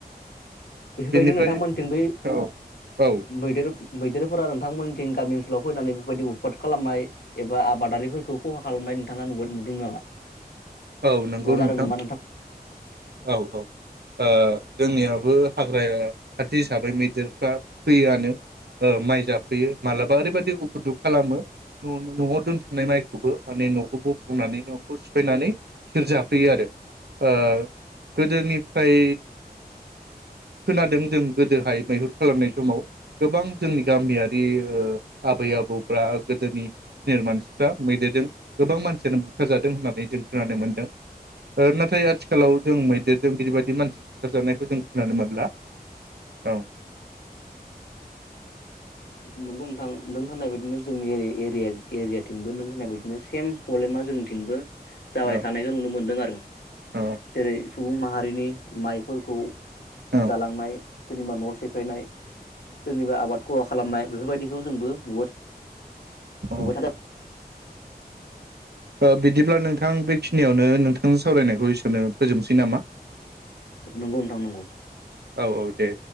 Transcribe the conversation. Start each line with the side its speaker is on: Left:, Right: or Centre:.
Left: बेफोरबायदि
Right: बेनिफ्राय
Left: नोंथांमोनथिं बै मै-मैदेर
Right: औ औ
Left: मैदेरफोरा नोंथांमोननिथिं गामि ओनसोलाव फैनानै बेफोरबायदि उदफात खालामनाय एबा आबादारिफोरखौ खहा खालामनाय नोंथाङा नुबाय नुदोंमोन नामा?
Right: औ नंगौ
Left: एबा जादों
Right: नोंथां,
Left: नामा
Right: औ औ। ओ जोंनियाबो हाग्राया खाथि हिसाबै मैदेरफ्रा फैआनो ओ माइ जाफैयो माबलाबा ओरैबायदि उफुदुख खालामो नआव दोनथुमनाय माइखौबो माने नखौ बोफ्लंनानै नखौ सिफायनानै बिसोर जाफैयो आरो। ओ गोदोनिफ्राय खोनादों जों गोदोहाय मैहुर खालामनाय समाव गोबां जोंनि गामियारि ओ आबै आबौफ्रा गोदोनि सिनियर मानसिफ्रा मैदेरजों गोबां मानसियानो बुथारजादों होननानै जों खोनानो मोनदों ओ नाथाय आथिखालाव जों मैदेरजों बिदिबायदि मानसि बुथारजानायखौ जों खोनानो मोनला। औ।
Left: नोंगौ नोंथां नों होननाय बायदिनो जोंनि एरि-एरियाथिंबो नों होननाय बायदिनो सेम प्रब्लेमा जोंनिथिंबो जाबाय
Right: औ
Left: थानायखौ नुनो मोनदों आरो
Right: औ
Left: जेरै सुबुं माहारिनि माइफोरखौ
Right: औ
Left: जालांनाय सोरनिबा न सिफायनाय सोरनिबा आबाद खहा खालामनाय बेफोरबायदिखौ जोंबो नुबाय
Right: औ। ओ
Left: थादों
Right: ओ बिदिब्ला नोंथां बेखिनियावनो नोंथांनि सावरायनायखौ इसेयावनो फोजोबनोसै नामा?
Left: नंगौ नोंथां नंगौ
Right: औ औ दे